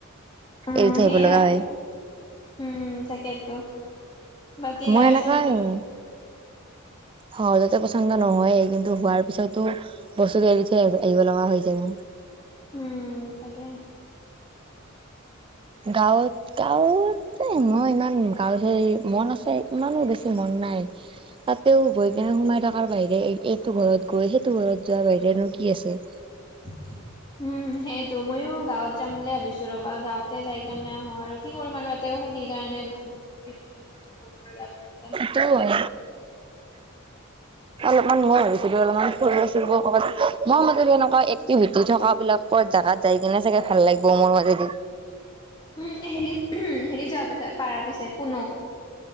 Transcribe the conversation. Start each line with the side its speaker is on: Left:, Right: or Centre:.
Left: উম,
Right: এৰি থৈ
Left: সেয়ে
Right: আহিব লগা হয়।
Left: উম তাকেতো, বাকী
Right: মই
Left: গাঁওৱে
Right: এনেকুৱাই
Left: ছাঁওৱে নোযোৱা?
Right: সহজতে পছন্দ নহয়ে কিন্তু হোৱাৰ পিছতো বস্তুটো এৰি থৈ আহি আহিব লগা হৈ যায় মোৰ।
Left: উম তাকে।
Right: গাঁও গাঁৱত যায় মই ইমান গাঁও হেই মন আছে ইমানো বেছি মন নাই। তাতেও গৈ পিনে সোমাই থকাৰ বাহিৰে এইটো ঘৰত গৈ সেইটো ঘৰত যোৱাৰ বাহিৰেনো কি আছে।
Left: <inaudible> উম সেইটো মইয়ো গাঁৱত যাম বুলি ভাবিছো ৰবা গাঁৱতে যাই কিনে আহো আৰু কি কৰিম আৰু ইয়াতেও থাকি সেইকাৰণে <unintelligible>
Right: সেইটো হয় অলপমান মই ভাবছিলো অলপমান ফুৰিব চুৰিব ক'ৰবাত মই মতে এনেকুৱা এক্টিভিটি থকা বিলাক কত জাগাত যাই কিনে চাগে ভাল লাগিব মোৰ মাতেদি
Left: উম হেৰিত হেৰি যোৱা পিছে পাৰা পিছে পুনৌ